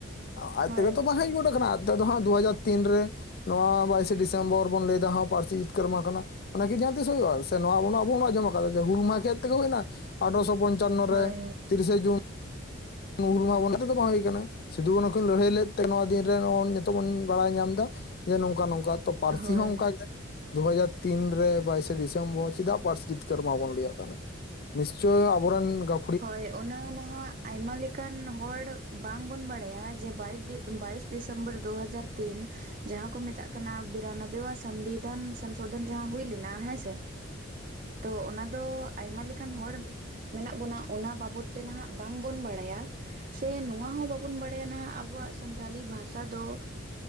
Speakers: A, on the left; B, on the right.
A: ᱟᱡ
B: ᱦᱳᱭ
A: ᱛᱮᱜᱮ ᱛᱚ ᱵᱟᱝ ᱦᱮᱡ ᱜᱚᱫ ᱠᱟᱱᱟ ᱟᱡ ᱱᱤᱛᱚᱜ ᱫᱚ ᱦᱟᱸᱜ ᱫᱩ ᱦᱟᱡᱟᱨ ᱛᱤᱱ ᱨᱮ ᱱᱚᱣᱟ ᱵᱟᱭᱤᱥᱮ ᱰᱤᱥᱮᱢᱵᱚᱨ ᱵᱚᱱ ᱞᱟᱹᱭᱫᱟ ᱦᱟᱸ ᱯᱟᱹᱨᱥᱤ ᱡᱤᱛᱠᱟᱹᱨ ᱢᱟᱦᱟ ᱠᱟᱱᱟ ᱚᱱᱟᱜᱮ ᱡᱟᱦᱟᱸ ᱛᱤᱥ ᱦᱩᱭᱩᱜᱼᱟ ᱥᱮ ᱱᱚᱣᱟ ᱟᱵᱚᱱᱟᱜ ᱟᱵᱚ ᱵᱚ ᱟᱸᱡᱚᱢ ᱠᱟᱫᱟ ᱡᱮ ᱦᱩᱞ ᱢᱟᱦᱟ ᱪᱮᱛ ᱛᱮᱜᱮ ᱦᱩᱭᱱᱟ ᱟᱴᱷᱚᱥᱚ ᱯᱚᱧᱪᱟᱱᱱᱚ ᱨᱮ
B: ᱦᱳᱭ
A: ᱛᱤᱨᱤᱥᱮ ᱡᱩᱱ ᱦᱩᱞ ᱢᱟᱵᱚᱱ ᱮᱢᱱᱤ ᱛᱮᱫᱚ ᱵᱟᱝ ᱦᱩᱭ ᱠᱟᱱᱟ ᱥᱤᱫᱩᱠᱟᱹᱱᱦᱩ ᱠᱩᱧ ᱞᱟᱹᱲᱦᱟᱹᱭ ᱞᱮᱫ ᱛᱮ ᱱᱚᱣᱟ ᱫᱤᱱ ᱨᱮ ᱱᱤᱛᱚᱜ ᱵᱚᱱ ᱵᱟᱲᱟᱭ ᱧᱟᱢ ᱫᱟ ᱡᱮ ᱱᱚᱝᱠᱟ ᱱᱚᱝᱠᱟ ᱛᱚ ᱯᱟᱹᱨᱥᱤ
B: ᱦᱳᱭ
A: ᱦᱚᱸ ᱚᱝᱠᱟ ᱜᱮ ᱫᱩ ᱦᱟᱡᱟᱨ ᱛᱤᱱ ᱨᱮ ᱵᱟᱭᱤᱥᱮ ᱰᱤᱥᱮᱢᱵᱚᱨ ᱪᱮᱫᱟᱜ ᱯᱟᱹᱨᱥᱤ ᱡᱤᱛᱠᱟᱹᱨ ᱢᱟᱵᱚᱱ ᱞᱟᱹᱭᱟᱜ ᱠᱟᱱᱟ? ᱱᱤᱥᱪᱳᱭ ᱟᱵᱚᱨᱮᱱ ᱜᱟ
B: ᱦᱳᱭ ᱚᱱᱟ ᱱᱟᱦᱟᱸᱜ ᱟᱭᱢᱟ ᱞᱮ ᱠᱟᱱ ᱦᱚᱲ ᱵᱟᱝᱵᱚᱱ ᱵᱟᱲᱟᱭᱟ ᱡᱮ ᱵᱟᱭᱤᱴ ᱵᱟᱭᱤᱥ ᱰᱤᱥᱮᱢᱵᱚᱨ ᱫᱩ ᱦᱟᱡᱟᱨ ᱛᱤᱱ ᱡᱟᱦᱟᱸ ᱠᱚ ᱢᱮᱛᱟᱜ ᱠᱟᱱᱟ ᱵᱤᱨᱟᱱᱚᱵᱵᱚᱣᱟᱜ ᱥᱚᱝᱵᱤᱫᱷᱟᱱ ᱥᱚᱝᱥᱳᱫᱷᱚᱱ ᱡᱟᱦᱟᱸ ᱦᱩᱭ ᱞᱮᱱᱟ ᱦᱮᱸᱥᱮ?
A: ᱦᱩᱲᱩ ᱨᱚᱦᱚᱭ ᱥᱮᱱᱚᱜ ᱟᱭᱩᱜ ᱠᱟᱱᱟ.
B: ᱛᱚ ᱚᱱᱟ ᱫᱚ ᱟᱭᱢᱟ ᱞᱮᱠᱟᱱ ᱦᱚᱲ ᱢᱮᱱᱟᱜ ᱵᱚᱱᱟ ᱚᱱᱟ ᱵᱟᱵᱚᱫ ᱛᱮ ᱱᱟᱦᱟᱸᱜ ᱵᱟᱝᱵᱚᱱ ᱵᱟᱲᱟᱭᱟ᱾ ᱥᱮ ᱱᱚᱶᱟ ᱦᱚᱸ ᱵᱟᱵᱚᱱ ᱵᱟᱲᱟᱭᱟ ᱱᱚᱣᱟ ᱟᱵᱚᱣᱟᱜ ᱥᱟᱱᱛᱟᱞᱤ ᱵᱷᱟᱥᱟ ᱫᱚ